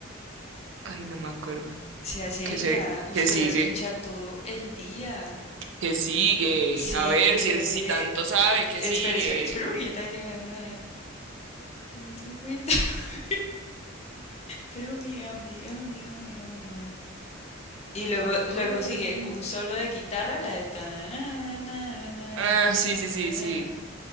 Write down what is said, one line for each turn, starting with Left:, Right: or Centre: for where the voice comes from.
Right: ay, no me acuerdo.
Left: Sea seria.
Right: que se,
Left: Usted
Right: que sigue,
Left: la escucha todo el día.
Right: que sigue.
Left: Sigue.
Right: A ver si, si tanto sabe,
Left: eh,
Right: que sigue.
Left: Espera, espera, espera, porque yo también tengo. You tell me- <laughs> tell me I'm the only, only, only one. Y luego,
Right: Adorme.
Left: luego sigue un solo de guitarra, la de ta- na- na- na- na-
Right: Ah,
Left: na-
Right: sí, sí, sí, sí.
Left: na.